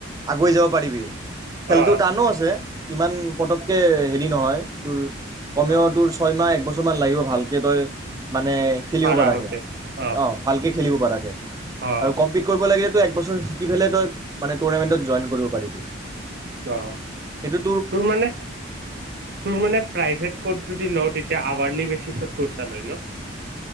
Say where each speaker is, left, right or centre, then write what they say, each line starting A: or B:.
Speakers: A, on the right; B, on the right.
A: আগুৱাই যাব পাৰিবি। খেলটো
B: অ
A: টানো আছে। ইমান পতককে হেৰি নহয় তোৰ কমেও
B: অ
A: তোৰ ছয় মাহ একবছৰ। কিছুমান লাগিব ভালকে তই। মানে খেলিব
B: পাৰা
A: পৰাকৈ
B: হতে অ
A: অঁ ভালকৈ খেলিব পৰাকৈ
B: অ অ
A: আৰু কম্পলিট কৰিব লাগিলে একছৰ শিকি পেলাই তই মানে টুৰ্নামেণ্টত জইন কৰিব পাৰিবি।
B: অ
A: কিন্তু,
B: তোৰ মানে, তোৰ মানে প্ৰাইভেত কৰ্চ যদি লৱ তেতিয়া আওৱাৰলি মেচিচত পইচা লয় ন।